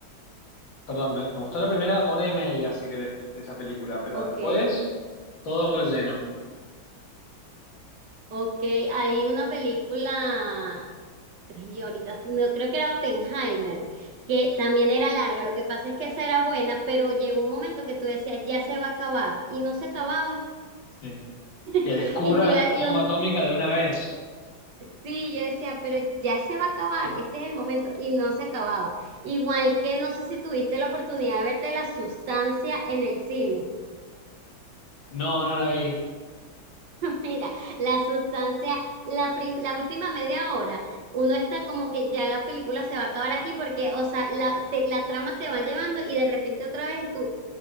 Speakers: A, on the left; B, on the right.
A: perdón, me, me gustó la primera hora y media, si querés, de esa película, pero
B: ok.
A: después todo relleno.
B: Ok, hay una película, y ahorita no creo que era Oppenheimer, que también era larga. Lo que pasa es que esa era buena, pero llegó un momento que tú decías, ya se va a acabar, y no se acababa.
A: Sí. Que
B: <laughs>
A: descubra
B: Y tú
A: la
B: la, y
A: bomba
B: un-
A: atómica de una vez.
B: sí, yo decía, pero ya se va a acabar, este es el momento, y no se acababa. Igual que no sé si tuviste la oportunidad de verte La Sustancia en el cine.
A: No, no la vi.
B: <laughs> Mira, la sustancia, la, prim- la última media hora, uno está como que ya la película se va a acabar aquí porque, o sea, la, te- la trama te va llevando y de repente otra vez y tú,